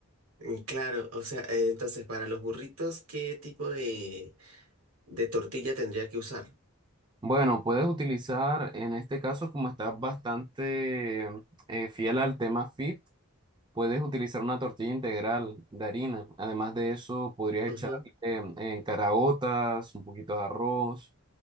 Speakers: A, on the right (about 85°); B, on the right (about 20°).
A: Mm, Claro, o sea, eh, entonces para los burritos, ¿qué tipo de, de tortilla tendría que usar?
B: Bueno, puedes utilizar, en este caso, como estás bastante eh, fiel al tema fit, puedes utilizar una tortilla integral de harina. Además de eso, podrías echarle
A: Ujú,
B: eh, caraotas, un poquito de arroz.